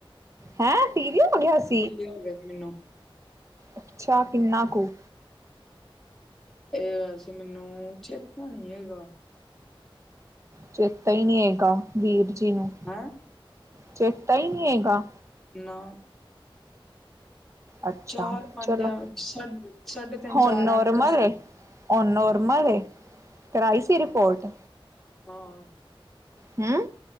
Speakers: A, on the right; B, in the centre.
A: ਹੈ ਟੀ ਵੀ ਹੋ ਗਿਆ ਸੀ।
B: ਪੀਲੀਆਂ ਹੋ ਗਿਆਂ ਸੀ ਮੈਨੂੰ।
A: ਅੱਛਾਂ ਕਿੰਨਾਂ ਕੁੱ?
B: ਇਹ ਹੋਇਆਂ ਸੀ ਮੈਨੂੰ ਚੇਤਾਂ ਨੀ ਹੈਗਾ।
A: ਚੇਤਾ ਹੀ ਨਹੀਂ ਹੈਗਾਂ ਵੀਰ ਜੀ, ਨੂੰ
B: ਹੈਂ।
A: ਚੇਤਾ ਹੀ ਨਹੀਂ ਹੈਗਾਂ।
B: ਨਾਂ
A: ਅੱਛਾ,
B: ਚਾਰ ਪੰਜ
A: ਚਲੋ
B: ਐਵੇਂ ਸਾ ਸਾਢੇ ਤਿੰਨ
A: ਹੁੱਣ
B: ਚਾਰ
A: ਨੋਰਮਲ
B: ਐਵੇਂ ਕੁਛ ਸੀ
A: ਐਂ। ਹੁੱਣ ਨੋਰਮਲ
B: ਹਾਂ।
A: ਏਂ ਕਰਾਈਂ ਸੀਂ ਰਿਪੋਰਟ?
B: ਹਾਂ
A: ਹਮ